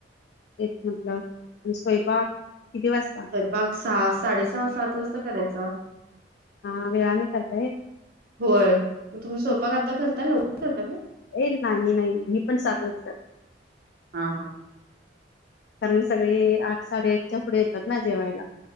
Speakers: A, on the left; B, on the right.
A: तेच म्हटलं आणि स्वयंपाक किती वाजत?
B: पाग सहा साडे सहा सात वाजता करायचा.
A: हा वेळा न करताय.
B: होय तुम्ही स्वयपाक आता करता लवकर करता काय.
A: ए नाही नाही मी पण साधलच का
B: हा हा
A: कारण सगळी आठ साडेआठच्या पुढे येतात ना जेवायला.